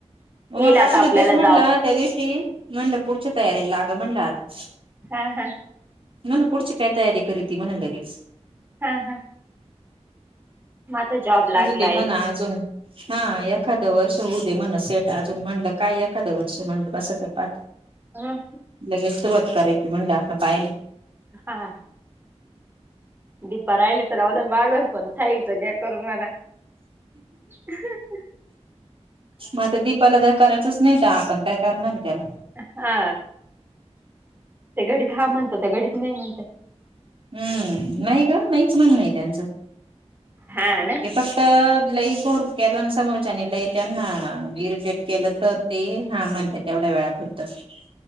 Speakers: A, on the right; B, on the right.
A: म
B: येईल
A: म
B: आता
A: काक
B: आपल्याला
A: ना तेच म्हणलं.
B: जाव
A: त्या दिवशी म्हणलं पुढच्या तयारीला लागं म्हणलं आता.
B: हा हा.
A: म्हन पुढची काय तयारी करी त म्हणा लगेच.
B: हा हा माझा जॉब लागलाय
A: होऊ दे म्हणा अजून, हा एखादं वर्ष होऊ दे म्हणा सेट- अजून म्हणलं काय एखादं वर्ष म्हणलं बस ते पाठ
B: हा
A: लगेच सुरुवात करायची म्हणलं आता काय -
B: हा. हा. दीपा राहिली तर राहूद्या मागच पण साईच घ्या करून म्हणा. रिकामा ऑडिओ
A: मग आता दीपाला तर करायचंच नाही तर आपण काय करणार त्याला?
B: हा ते घडीत हा म्हणत ते घडीत नाही म्हणत.
A: हम्म नाही का नाहीच म्हण आहे त्यांचं.
B: हा ना
A: ते फक्त लई फोर्स केल्या ना समोरच्याने आणि लई त्यांना इरिटेट केलं तर - ते हा म्हणजे तेवढ्या वेळापुरतं ते -